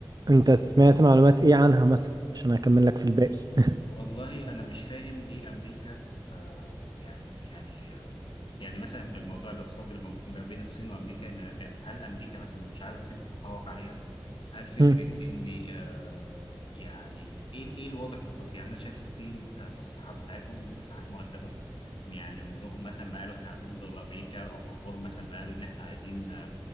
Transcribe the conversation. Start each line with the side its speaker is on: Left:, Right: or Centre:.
Right: انت سمعت معلومات ايه عنها مثلا عشان اكمل لك في الباقي <laughs>
Left: والله أنا مش فاهم ليه أمريكا آه يعني يعني آه يعني مثلا الموضوع الاقتصادي اللي ما ما بين الصين وأمريكا إن هل أمريكا مثلا مش عايزة الصين تتفوق عليها هل فكره
Right: مم.
Left: ان آه يعني ايه ايه الواضح بالظبط يعني انا شايف الصين آه، التصريحات بتاعتهم تصريحات مؤدبه يعني عمرهم مثلا ما قالوا احنا عايزين نضرب امريكا او عمرهم مثلا ما قالوا ان احنا عايزين